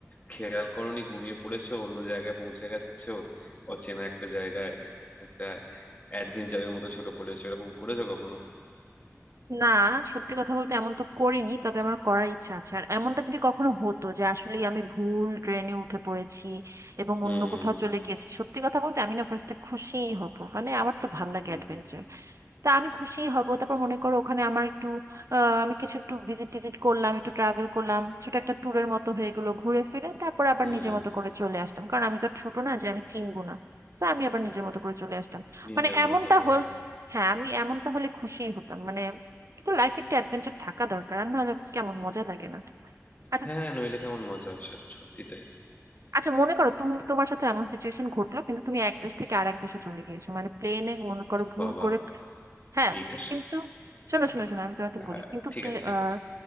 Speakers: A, on the left (about 30°); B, on the right (about 70°).
A: খেয়াল করোনি ঘুমিয়ে পড়েছো অন্য জায়গায় পৌঁছে গেছো অচেনা একটা জায়গায় একটা অ্যাডভেঞ্চারের মতো ছোট করেছো এরকম করেছো কখনো
B: না সত্যি কথা বলতে এমন তো করিনি তবে আমার করার ইচ্ছা আছে আর এমনটা যদি কখনো হতো যে আসলে আমি ভুল ট্রেনে উঠে পড়েছি এবং
A: হুম
B: অন্য কোথাও চলে গিয়েছি সত্যি কথা বলতে আমি না ফার্স্টে খুশিই হব মানে আমার তো ভাল লাগে
A: হুম
B: অ্যাডভেঞ্চার তা আমি খুশি হব তারপর মনে করো ওখানে আমার একটু আহ, আমি কিছু একটু ভিজিট টিজিট করলাম একটু ট্রাভেল করলাম ছোট একটা ট্যুরের মতো হয়ে গেলো ঘুরে ফিরে তারপর আবার
A: হুম
B: নিজের মতো করে চলে আসলাম কারণ আমি তো আর ছোট না যে আমি চিনবো না তো আমি আবার নিজের মতো করে চলে আসলাম
A: নিজের
B: মানে এমনটা
A: মতো হ্যাঁ
B: হল হ্যাঁ আমি এমনটা হলে খুশিই হতাম মানে একটু লাইফে একটা অ্যাডভেঞ্চার থাকা দরকার আর নাহলে কেমন মজা লাগে না আচ্ছা
A: হ্যাঁ নইলে কেমন মজা আসে না সত্যি তাই
B: আচ্ছা মনে করো তুমি তোমার সাথে এমন সিচুয়েশন ঘটলো কিন্তু তুমি এক দেশ থেকে আরেক দেশে চলে গিয়েছো মানে প্লেনে মনে করো ভুল
A: বাবা
B: করে হ্যাঁ
A: এইটা স-
B: কিন্তু শোনো
A: দাও।
B: শোনো শোনো আমি তোমাকে বলি
A: হ্যাঁ
B: কিন্তু
A: ঠিক
B: প্লে-
A: আছে ঠিক
B: আহ,
A: আছে